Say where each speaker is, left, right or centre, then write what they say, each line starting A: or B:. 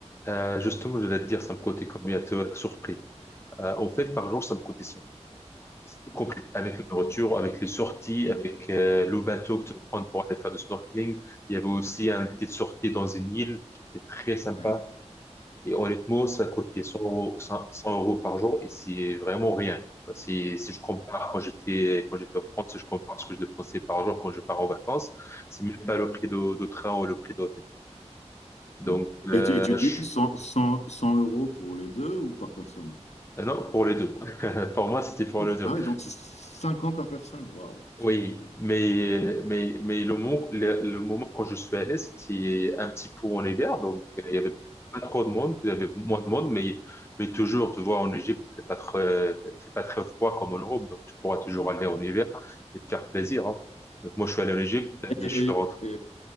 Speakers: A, on the left; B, on the left.
A: euh, justement, je vais te dire, ça me coûtait combien, tu vas être surpris. Euh, en fait, par jour, ça me coûtait 100. C'est tout compris, avec la nourriture, avec les sorties, avec euh, le bateau que tu peux prendre pour aller faire du snorkeling. Il y avait aussi une petite sortie dans une île qui était très sympa.
B: Ouais.
A: Et honnêtement, ça coûtait 100 euros, 100 100 euros par jour et c'est vraiment rien. Enfin, Si, si je compare quand j'étais quand j'étais en France, si je compare ce que je dépensais par jour quand je pars en vacances, c'est même pas le prix de, de train ou le prix d'hôtel. Donc,
B: Non.
A: euh,
B: Et tu, et tu dis
A: je-
B: cent, cent, 100 euros pour les deux ou par personne?
A: euh, non, pour les deux. <laughs> Pour moi, c'était pour
B: Oh,
A: les deux.
B: ah oui, donc c'est 50 par personne. Waouh.
A: Oui, mais, mais, mais le moment, le, le moment quand je suis allé, c'était un petit peu en hiver, donc euh, il y avait pas trop de monde, il y avait moins de monde, mais, mais toujours, tu vois, en Égypte, il fait pas très, il fait pas très froid comme en Europe, donc tu pourras toujours
B: Non,
A: aller en
B: non,
A: hiver
B: non.
A: et te faire plaisir, hein. Donc moi, je suis allé en Égypte, je
B: Et,
A: suis rentré.
B: Et,